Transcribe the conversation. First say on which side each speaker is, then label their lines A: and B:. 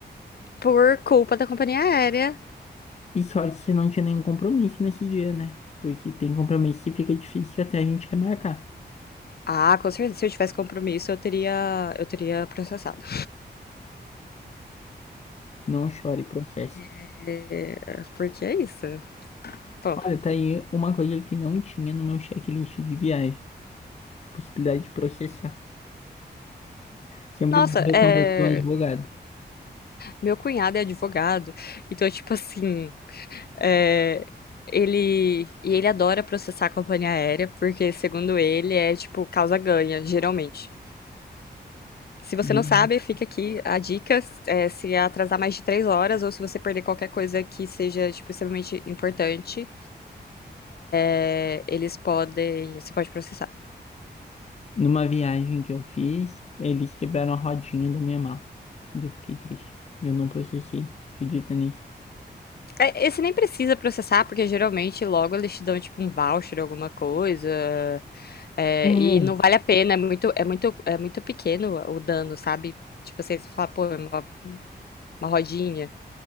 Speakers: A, on the left; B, on the left.
A: por culpa da companhia aérea.
B: E sorte se não tinha nenhum compromisso nesse dia, né? Porque tem compromisso que fica difícil até a gente remarcar.
A: Ah, com certeza, se eu tivesse compromisso, eu teria, eu teria processado.
B: Não chore, processo.
A: É, porque é isso. Bom,
B: Olha, tá aí uma coisa que não tinha no meu checklist de viagem. Possibilidade de processar. Sempre
A: nossa,
B: bom ter
A: é,
B: contato com um advogado.
A: Meu cunhado é advogado, então, tipo assim, é, ele. E ele adora processar a companhia aérea, porque, segundo ele, é tipo causa-ganha, geralmente. Se você
B: Geralmente,
A: não sabe, fica aqui a dica, é, se atrasar mais de três horas ou se você perder qualquer coisa que seja, tipo, extremamente importante, é, eles podem, você pode processar.
B: Numa viagem que eu fiz, eles quebraram a rodinha da minha mala. E eu fiquei triste. E eu não processei. Acredita nisso?
A: É, Esse nem precisa processar, porque geralmente logo eles te dão, tipo, um voucher, alguma coisa, É,
B: É.
A: e não vale a pena, é muito, é muito, é muito pequeno o dano, sabe? Tipo, você fala, pô, é uma, uma rodinha.